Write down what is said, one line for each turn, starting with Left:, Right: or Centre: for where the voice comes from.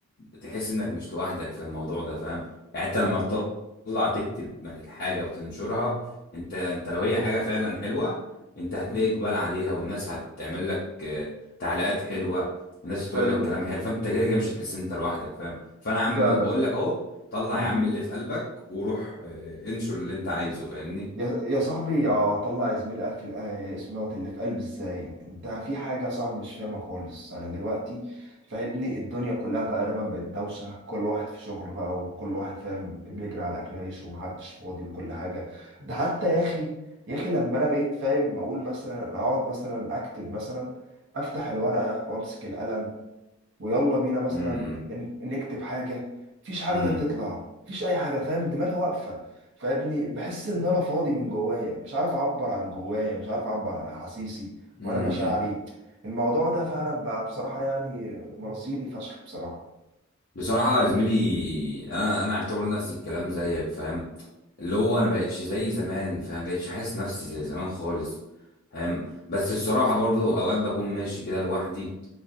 Left: تحس انك مش لوحدك في الموضوع ده فاهم يعني انت لما تطلع تكتب الحاجة وتنشرها انت انت لو هي حاجة فعلا حلوة انت هتلاقي
Right: مم.
Left: اقبال عليها والناس هتعمل لك آه، تعليقات حلوة والناس هتقول
Right: حلو
Left: لك كلام حلو فانت كده كده مش هتحس ان انت لوحدك فاهم فانا يا عم
Right: فعلا
Left: ب- بقول لك اهو طلع
Right: مم.
Left: يا عم اللي في قلبك وروح آه، انشر اللي انت عايزه فاهمني
Right: يا يا صاحبي يا طلع يا زميلي قفل آه، اسم دوت اللي في قلب ازاي يعني انت في حاجه يا صاحبي مش فاهمها خالص انا دلوقتي فاهمني الدنيا كلها تقريبا بقت دوشه كل واحد في شغله بقى وكل واحد فاهم بيجري على اكل عيش ومحدش فاضي وكل حاجه ده حتى يا اخي يا اخي لما انا بقيت فاهم اقول مثلا اقعد مثلا اكتب مثلا افتح الورقه وامسك القلم ويلا بينا مثلا
Left: امم
Right: ن- نكتب حاجه مفيش حاجه
Left: امم
Right: لا تطلع مفيش اي حاجه فاهم دماغي واقفه فابني بحس ان انا فاضي من جوايا مش عارف اعبر عن جوايا مش عارف اعبر عن احاسيسي
Left: امم
Right: وانا مشاعري الموضوع ده فعلا بقى بصراحه يعني مرضيني فشخ بصراحه
Left: بصراحة يا زميلي انا انا اعتبر نفسي الكلام زيك فاهم اللي هو انا بقتش زي زمان فاهم بقتش حاسس نفسي زي زمان خالص فاهم بس الصراحه برضو اوقات بكون ماشي كده لوحدي